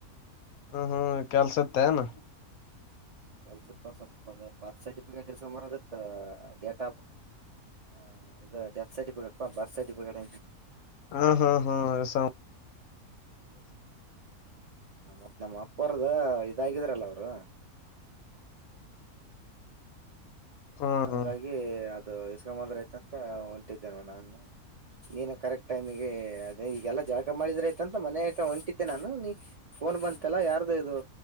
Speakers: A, on the left; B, on the right.
A: ಹ್ಮ ಹ್ಮ್ ಕೆಲ್ಸತ್ತೆ ಏನ
B: ಕೆಲ್ಸ ಇತ್ತ ಸ್ವಲ್ಪದ ಬರ್ತ್ ಸರ್ಟಿಫಿಕೇಟ್ ಇಸ್ಕೊಂಡು ಬರಬೇಕಿತ್ತು ಡೇಟ ಹಂ ಇದದು ಡೆತ್ ಸರ್ಟಿಫಿಕೇಟ್ ಪಾರ್ತ್ ಸರ್ಟಿಫಿಕೇಟ್
A: ಹಾ ಹಾ ಹಾ ಎಸಸ
B: ಮತ್ತ್ ನಮ್ಮ ಅಪ್ಪರ್ದ ಇದಾಗಿದ್ರಲ್ಲ ಅವ್ರು
A: ಹ್ಮ್
B: ಹಂಗಾಗಿ
A: ಹ್ಮ್
B: ಅದು ಇಸ್ಕೊಂಡು ಬಂದ್ರೆ ಅಂತ ಹೊಂಟಿದ್ದೇನು ನಾನು ನೀನು ಕರೆಕ್ಟ್ ಟೈಮಿಗೆ ಅದೇ ಈಗೆಲ್ಲಾ ಜಳಕ ಮಾಡಿದ್ರಯ್ತಂತ ಮನ್ಯಕ ಹೊಂಟಿತ್ತೆ ನಾನು ನೀ ಫೋನ್ ಬಂತೆಲ್ಲ ಯಾರ್ದು ಇದು